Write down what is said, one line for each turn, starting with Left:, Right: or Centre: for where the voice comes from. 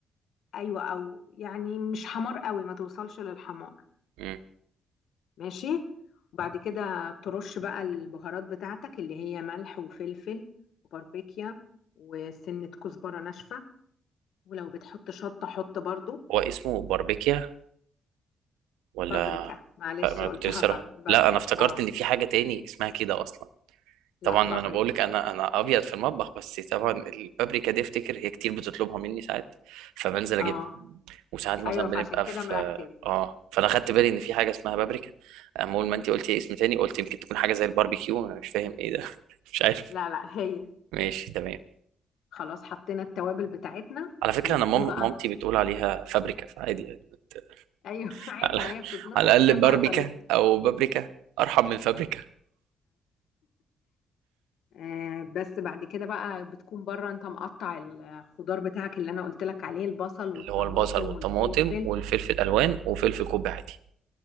Left: ايوه او يعني مش حمار قوي ما توصلش للحمار
Right: مم.
Left: ماشي وبعد كده ترش بقى البهارات بتاعتك اللي هي ملح وفلفل وباربيكيا وسنة كزبرة ناشفة ولو بتحط شطة حط برضو
Right: هو اسمه باربيكيا ولا
Left: بابريكا معلش
Right: لا، ما انا
Left: قلتها
Right: كنت لسه
Left: غلط
Right: راح-
Left: بابريكا
Right: لا انا افتكرت
Left: اه
Right: ان في حاجه تاني اسمها كده اصلا
Left: لا
Right: طبعا
Left: بابريكا
Right: ما انا بقول لك انا
Left: اه
Right: انا ابيض في المطبخ بس طبعا البابريكا دي افتكر هي كتير بتطلبها مني ساعات فبنزل
Left: اه
Right: اجيبها وساعات مثلا
Left: ايوه فعشان
Right: بنبقى
Left: كده
Right: في
Left: مركز
Right: اه فانا خدت بالي ان في حاجه اسمها بابريكا أما اول ما انت قلتي اسم تاني قلت يمكن تكون حاجه زي الباربيكيو انا مش فاهم ايه ده <laughs> مش عارف
Left: لا لا هي
Right: ماشي تمام
Left: خلاص حطينا التوابل بتاعتنا
Right: على فكره
Left: هنكون
Right: انا مام
Left: بقى
Right: مامتي بتقول عليها فابريكا فعادي يعني بت-
Left: ايوه <laughs>
Right: <laughs>
Left: عادي
Right: على,
Left: ما هي بتتنطق
Right: على الاقل
Left: كذا
Right: باربيكا
Left: طريقة
Right: او بابريكا ارحم من فابريكا
Left: آه، بس بعد كده بقى بتكون بره انت مقطع الخضار بتاعك اللي انا قلت لك عليه البصل والطماطم
Right: اللي هو البصل والطماطم
Left: والفلفل
Right: والفلفل الالوان
Left: مم.
Right: وفلفل كوب عادي